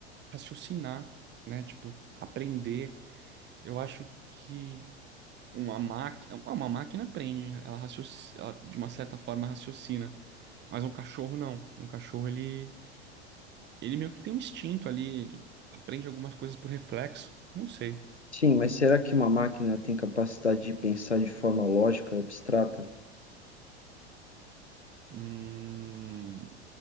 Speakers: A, on the right; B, on the left.
A: raciocinar, né? Tipo, aprender. Eu acho que Uma máquina, uma máquina aprende, ela, racioci- ela de uma certa forma raciocina, mas um cachorro não. Um cachorro ele ele meio que tem um instinto ali, ele aprende algumas coisas por reflexo, não sei.
B: Sim, mas será que uma máquina tem capacidade de pensar de forma lógica, abstrata?
A: Hum,